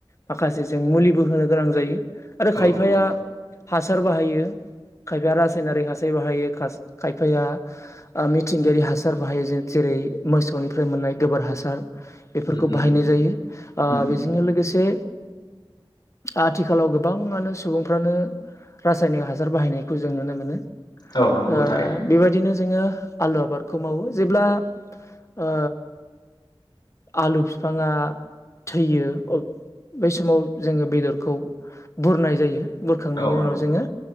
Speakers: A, on the left (about 30°); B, on the left (about 50°).
A: माखासे जों मुलिबो होनो गोनां जायो आरो
B: औ
A: खायफाया
B: नंगौ
A: हासार बाहायो खायफाया रासायनारिक हासार बाहायो खास खायफाया ओ मिथिंगायारि हासार बाहायो जे जेरै मोसौनिफ्राय मोननाय गोबोर हासार बेफोरखौ
B: उम उम
A: बाहायनाय जायो ओ
B: उम
A: बेजोंनो लोगोसे
B: <inaudible>
A: आथिखालाव गोबाङानो सुबुंफ्रानो रासायनिक हासार बाहायनायखौ जों नुनो मोनो।
B: औ नंगौ
A: ओ
B: थारैनो
A: बेबायदिनो जोङो आलु आबादखौ मावो जेब्ला ओ आलु फिफाङा थैयो अ बै समाव जोङो बेदरखौ बुरनाय जायो बुरखांनायनि
B: औ
A: उनाव जोङो